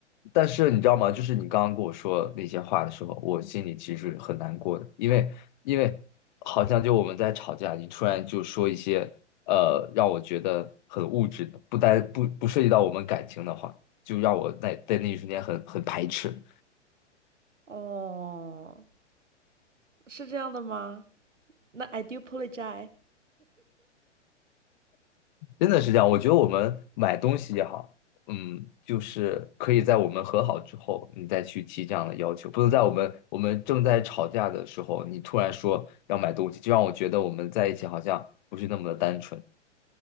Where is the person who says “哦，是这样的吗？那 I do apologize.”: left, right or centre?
Right